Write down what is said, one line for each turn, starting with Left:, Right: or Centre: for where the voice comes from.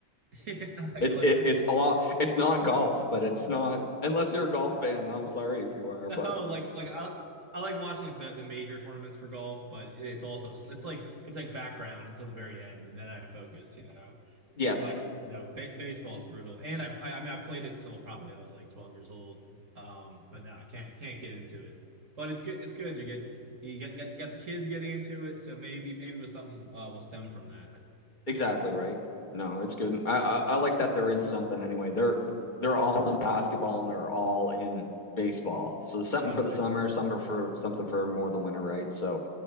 Right: Yeah,
Left: it,
Right: you're like
Left: it it's all it's not golf, but it's not unless you're a golf fan, and I'm sorry if you are,
Right: <laughs>
Left: but
Right: No, like like I I like watching like the, the major tournaments for golf, but it's also it's like it's like background until the very end, and then I focus, you know.
Left: <laughs> yes.
Right: But yeah, no, ba- baseball's brutal, and I, I I mean I played it till probably I was like twelve years old, um, but no, I can't can't get into it. But it's good it's good you get you get, get got the kids getting into it, so maybe maybe it was something uh, will stem from that.
Left: Exactly right. No, it's good. I, I I like that they're in something anyway. They're they're all in basketball and they're all in baseball. So there's something
Right: Oh,
Left: for the
Right: nice.
Left: summer, something for for- something for more the winter, right? So